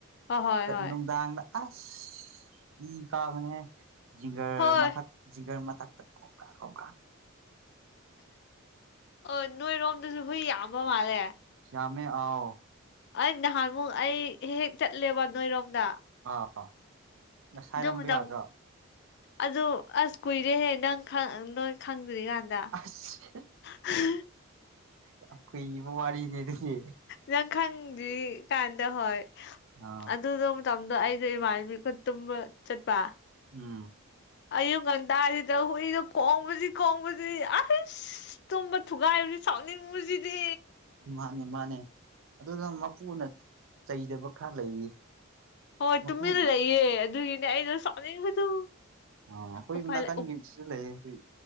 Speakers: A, on the left (about 50°); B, on the right (about 70°).
A: ꯍꯣꯏ ꯍꯣꯏ ꯍꯣꯏ
B: ꯅꯨꯡꯗꯥꯡꯗ ꯑꯁ ꯏ ꯀꯥꯕꯅꯦ ꯖꯤꯤꯡꯒꯔ
A: ꯍꯣꯏ
B: ꯃꯊꯛ ꯃꯇ ꯑꯣꯀ ꯑꯣ
A: ꯑꯣ ꯅꯣꯏꯔꯣꯝꯗꯁꯨ ꯍꯨꯏ ꯌꯥꯝꯕ ꯃꯥꯜꯂꯦ
B: ꯁꯃꯃꯦ ꯑꯑꯣ
A: ꯑꯩ ꯅꯍꯥꯟꯃꯨꯛ ꯑꯩ ꯍꯦꯛ ꯍꯦꯛ ꯆꯠꯂꯦꯕ ꯅꯣꯏꯔꯣꯝꯗ
B: ꯑ ꯉꯁꯥꯏꯔꯝꯕ
A: ꯑꯗꯨ ꯃꯇꯝ
B: ꯌꯥꯗ꯭ꯔꯥ
A: ꯑꯗꯨ ꯑꯁ ꯀꯨꯏꯔꯦꯍꯦ ꯅꯪ ꯅꯣꯏ ꯈꯪꯗ꯭ꯔꯤ ꯀꯥꯟꯗ
B: ꯑꯁ
A: ꯍꯍꯍ
B: ꯌꯥꯝ ꯀꯨꯏꯕ ꯋꯥꯔꯤꯅꯦ ꯑꯗꯨꯗꯤ
A: ꯅꯪ ꯈꯪꯗ꯭ꯔꯤ ꯀꯥꯟ ꯗ ꯍꯣꯏ
B: ꯑꯥ
A: ꯑꯗꯨꯗ ꯃꯇꯝꯗꯣ ꯑꯩꯗꯣ ꯏꯃꯥꯟꯕꯤ ꯈꯨꯠ ꯇꯨꯝꯕ ꯆꯠꯄ
B: ꯎꯝ
A: ꯑꯌꯨꯛ ꯉꯟꯇꯥꯔꯤꯗ ꯍꯨꯏꯗꯣ ꯀꯣꯡꯕꯁꯤ ꯀꯣꯡꯕꯁꯤ ꯑꯁ ꯇꯣꯕ ꯊꯨꯒꯥꯏꯕꯁꯤ ꯁꯥꯎꯅꯤꯡꯉꯕꯁꯤꯗꯤ
B: ꯃꯥꯅꯦ ꯃꯥꯅꯦ ꯑꯗꯨꯅ ꯃꯄꯨꯅ ꯆꯩꯗꯕ ꯈꯔ ꯂꯩꯔꯤ
A: ꯍꯣꯏ
B: ꯃꯄꯨ
A: ꯇꯨꯃꯤꯟꯅ ꯂꯩꯌꯦ ꯑꯗꯨꯒꯤꯅꯦ ꯑꯩꯅ ꯁꯥꯎꯅꯤꯡꯕꯗꯨ
B: ꯑ ꯑꯩꯈꯣꯏ
A: ꯎꯄꯥꯏ
B: ꯅꯥꯀꯟꯒꯤ
A: ꯂꯩ
B: ꯁꯤꯁꯨ ꯂꯩꯌꯦ ꯑꯩꯈꯣꯏ